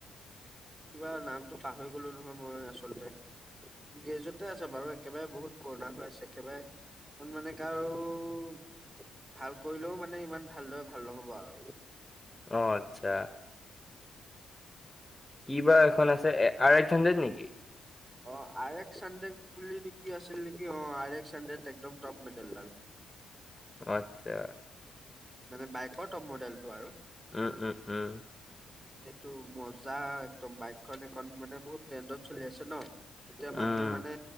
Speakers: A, on the right (about 20°); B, on the left (about 15°).
A: কিবা নামটো পাহৰি গ'লোঁ নহয়, মই আচলতে। গ্ৰেজতে আছে বাৰু। একেবাৰে বহুত পুৰণা হৈ আছে, একেবাৰে? এখন মানে কাৰোঁ, ভাল কৰিলেও মানে, ইমান ভালদৰে ভাল নহ'ব আৰু।
B: অ' আচ্ছা! কি বা
A: অ।
B: এখন আছে! আৰ এক্স হাণ্ড্ৰেড নেকি?
A: অ'! আৰ এক্স হাণ্ড্ৰেড বুলি নেকি, আছিল নেকি! অ'! আৰ এক্স হাণ্ড্ৰেড, একদম টপ মডেল ডাল।
B: আচ্ছা!
A: মানে, বাইকৰ টপ মডেলটো আৰু।
B: উম, উম, উম।
A: এইটো মজা একদম! বাইকখন এখন মানে, বহুত ট্ৰেণ্ডত চলি আছে ন'। এতিয়া,
B: উম
A: মানুহে মানে,